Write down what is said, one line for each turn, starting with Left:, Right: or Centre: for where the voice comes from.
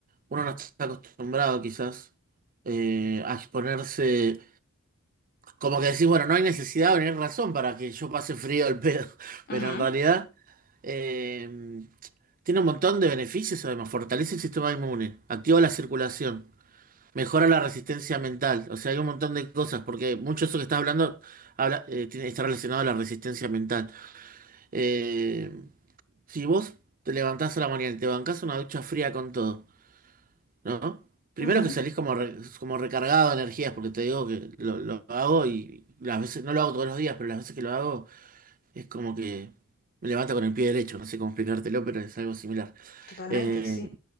Right: uno no está acostumbrado quizás eh, a exponerse, como que decís, bueno, no hay necesidad o no hay razón para que yo pase frío al pedo, <laughs>
Left: Ujú,
Right: pero en realidad eh, tiene un montón de beneficios, además, fortalece el sistema inmune, activa la circulación. Mejora la resistencia mental, o sea, hay un montón de cosas, porque mucho de eso que estás hablando habla, eh, tiene, está relacionado a la resistencia mental. Eh, si vos te levantás a la mañana y te bancás una ducha fría con todo, ¿no? Primero
Left: ujú,
Right: que salís como, re- como recargado de energías, porque te digo que lo, lo hago y las veces, no lo hago todos los días, pero las veces que lo hago es como que me levanto con el pie derecho, no sé cómo explicártelo, pero es algo similar.
Left: totalmente,
Right: Eh,
Left: sí.